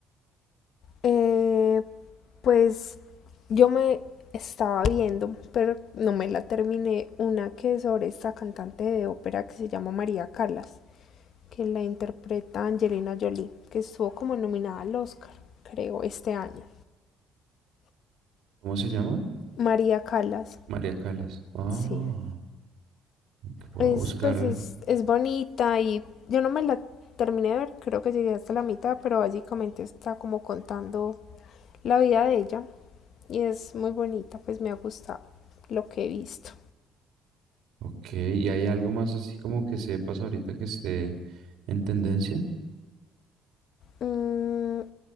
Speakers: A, on the left (about 50°); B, on the right (about 65°).
A: Eh, pues yo me estaba viendo, pero no me la terminé, una que es sobre esta cantante de ópera que se llama María Callas. que la interpreta Angelina Jolie, que estuvo como nominada al Oscar, creo, este año.
B: ¿Cómo se llama?
A: María Calas,
B: María Calas. Ah,
A: sí.
B: ok, voy
A: Es,
B: a buscarla.
A: pues es, es bonita y yo no me la terminé de ver, creo que llegué hasta la mitad, pero básicamente está como contando la vida de ella y es muy bonita, pues me ha gustado lo que he visto.
B: Ok, ¿y hay algo más así como que sepas ahorita que esté en tendencia?
A: Mm,